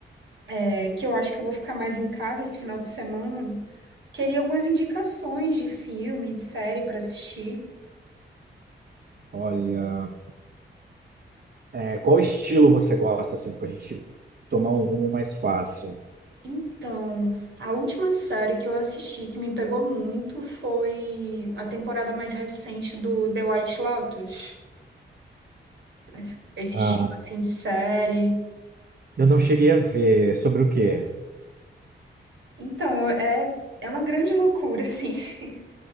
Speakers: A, on the right (about 65°); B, on the right (about 50°).
A: é, que eu acho que eu vou ficar mais em casa esse final de semana. Queria algumas indicações de filme, de série para assistir.
B: Olha, é, qual estilo você gosta, assim, pra gente tomar um rumo mais fácil?
A: Então, a última série que eu assisti que me pegou muito foi a temporada mais recente do The White Lotus. esse esse
B: Ah,
A: estilo assim de série.
B: eu não cheguei a ver. Sobre o quê?
A: Então, eu- é é uma grande loucura assim. <laughs>